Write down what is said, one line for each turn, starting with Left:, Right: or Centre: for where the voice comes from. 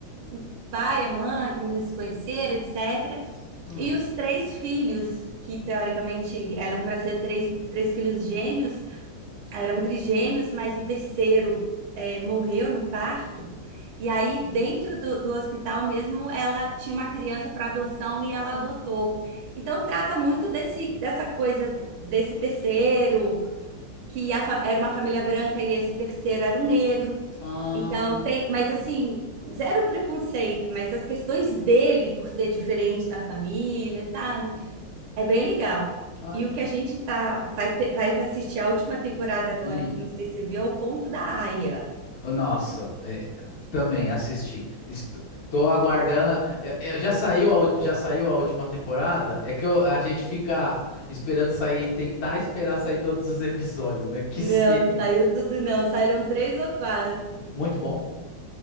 Right: o pai, a mãe, como eles se conheceram, etc.
Left: Hum.
Right: E os três filhos, que teoricamente eram para ser três, três filhos gêmeos, eram trigêmeos, mas o terceiro eh, morreu no parto. E aí, dentro do, do hospital mesmo, ela tinha uma criança para adoção e ela adotou. Então, trata muito desse, dessa coisa desse terceiro, que a fa- era uma família branca e esse terceiro era um negro.
Left: Ah,
Right: Então tem, mas assim, zero preconceito, mas as questões dele por ser diferente da família, sabe? É bem legal.
Left: ah,
Right: E o que a gente tá vai, pe- vai assistir a última temporada agora,
Left: Hum,
Right: que não sei se viu, é o Conto da Aia.
Left: oh, nossa, é, também assisti. Estou aguardando. Eu, eu- já saiu a, ult- já saiu a última temporada? É que eu- a gente fica esperando sair, tentar esperar sair todos os episódios, né? Que
Right: Não,
Left: seria
Right: não saiu tudo não, saíram três ou quatro.
Left: muito bom.